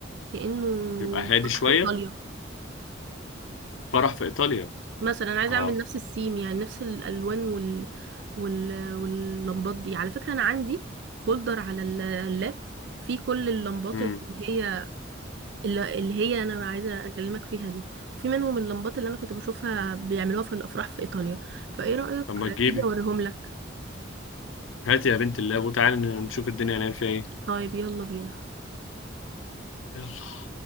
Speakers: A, on the right; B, on the left.
A: كانه
B: يبقى هادي
A: فرح
B: شويه
A: في ايطاليا
B: فرح في ايطاليا
A: مثلا أنا عايزه
B: اه
A: اعمل نفس السيم يعني نفس الالوان وال... وال... واللمبات دي على فكره انا عندي فولدر على اللاب فيه كل اللمبات
B: امم
A: اللي هي اللي اللي هي انا عايزه اكلمك فيها دي وفي منهم اللمبات اللي انا كنت بشوفها بيعملوها في الافراح في ايطاليا فايه رايك
B: طب ما تجيبي
A: تيجي اوريهم لك
B: هاتي يا بنت اللاب وتعالي نشوف الدنيا هنعمل فيها ايه
A: طيب يلا بينا
B: يلا